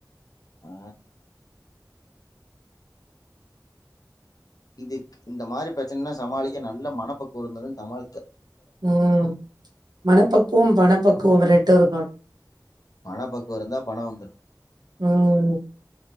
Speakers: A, on the left (about 55°); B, on the right (about 65°).
A: ஆ இதே இந்த மாரி பிரச்சனனா சமாளிக்க நல்ல மனப்பக்குவ இருந்தா தான் சமாளி
B: ம் மனப்பக்குவம் வணப்பக் கோவ ரெட்டு இருக்கா
A: மண பக்குவ இருந்தா பண வந்துரு
B: ம்